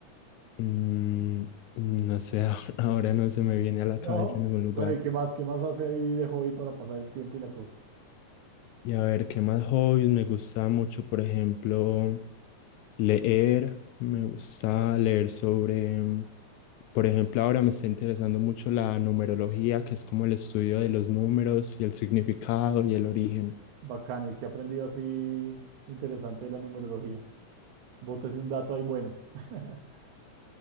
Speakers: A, on the left; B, on the right.
A: mm, mm, no sé, <laughs> ahora ahora no se me viene a la
B: No.
A: cabeza en ningún lugar.
B: Bueno, ¿y qué más? ¿Qué más hace ahí de hobby para pasar el tiempo y la cosa?
A: Y a ver, ¿qué más hobbies? Me gusta mucho, por ejemplo, leer. Me gusta leer sobre, mm, por ejemplo, ahora me está interesando mucho la numerología, que es como el estudio de los números y el significado y el origen.
B: Bacano. ¿Y qué ha aprendido así interesante de la numerología? Bótese un dato ahí bueno. <laughs>